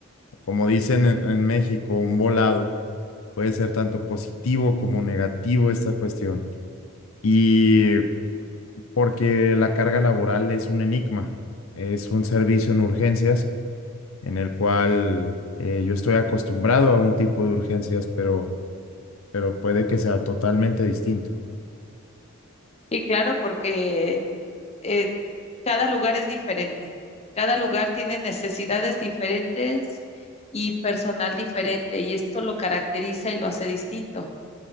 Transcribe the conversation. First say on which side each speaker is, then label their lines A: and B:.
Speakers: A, on the left; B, on the left.
A: como dicen en, en México, un volado, puede ser tanto positivo como negativo esta cuestión. Y porque la carga laboral es un enigma, es un servicio en urgencias en el cual eh, yo estoy acostumbrado a un tipo de urgencias, pero, pero puede que sea totalmente distinto.
B: Y claro, porque eh, cada lugar es diferente. Cada lugar tiene necesidades diferentes y personal diferente, y esto lo caracteriza y lo hace distinto.